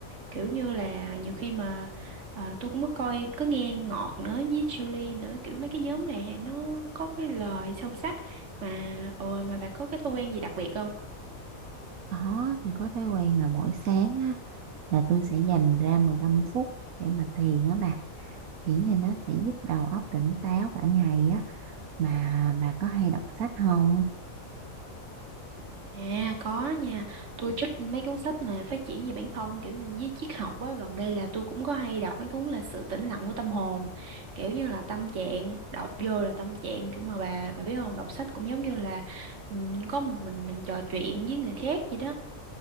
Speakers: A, on the right; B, on the right.
A: kiểu như là nhiều khi mà à, tôi cũng mới coi có nghe Ngọt nữa với Julie nữa kiểu mấy cái nhóm này nó có cái lời sâu sắc mà ồ mà bà có cái thói quen gì đặc biệt không
B: có tôi có thói quen là mỗi sáng á là tôi sẽ dành ra 15 phút để mà thiền á bà kiểu như nó sẽ giúp đầu óc tỉnh táo cả ngày á mà bà có hay đọc sách không
A: à có nha tôi thích mấy cuốn sách mà phát triển về bản thân kiểu như với triết học á gần đây là tôi cũng có hay đọc mấy cuốn là sự tĩnh lặng của tâm hồn kiểu như là tâm trạng đọc vô là tâm trạng kiểu mà bà bà biết không đọc sách cũng giống như là ừ, có một mình mình trò chuyện với người khác vậy đó